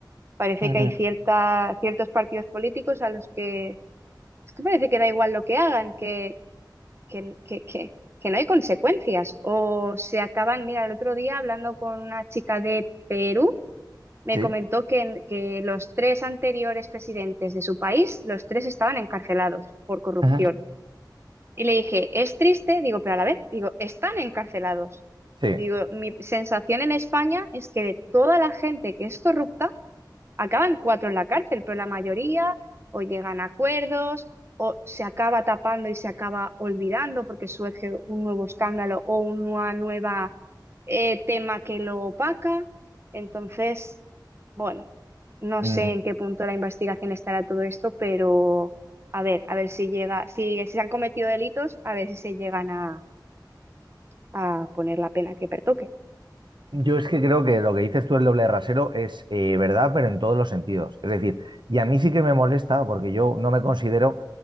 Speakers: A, on the right (about 35°); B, on the right (about 85°).
A: Parece
B: Ujú,
A: que hay cierta, ciertos partidos políticos a los que es que parece que da igual lo que hagan, que, que, que, que, que no hay consecuencias. O se acaban, mira, el otro día hablando con una chica de Perú, me
B: Sí,
A: comentó que, en- que los tres anteriores presidentes de su país, los tres estaban encarcelados por corrupción.
B: ujú.
A: Y le dije, es triste, digo, pero a la vez, digo, están encarcelados.
B: sí.
A: Digo, mi sensación en España es que de toda la gente que es corrupta, acaban cuatro en la cárcel, pero la mayoría o llegan a acuerdos o se acaba tapando y se acaba olvidando porque surge un nuevo escándalo o una nueva eh, tema que lo opaca. Entonces, bueno, no
B: Mm.
A: sé en qué punto de la investigación estará todo esto, pero a ver, a ver si llega, si, si se han cometido delitos, a ver si se llegan a, a poner la pena que pertoque.
B: Yo es que creo que lo que dices tú el doble de rasero es eh, verdad, pero en todos los sentidos. Es decir, y a mí sí que me molesta porque yo no me considero,